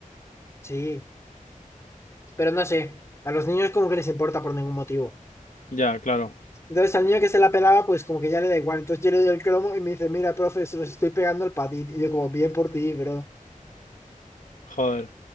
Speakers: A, on the left (about 20°); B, on the left (about 65°).
A: sí, pero no sé, a los niños como que les importa por ningún motivo.
B: Ya, claro.
A: Entonces al niño que se la pelaba, pues como que ya le da igual. Entonces yo le doy el cromo y me dice, mira, profe, se los estoy pegando al patín. Y yo como, bien por ti, bro.
B: Joder.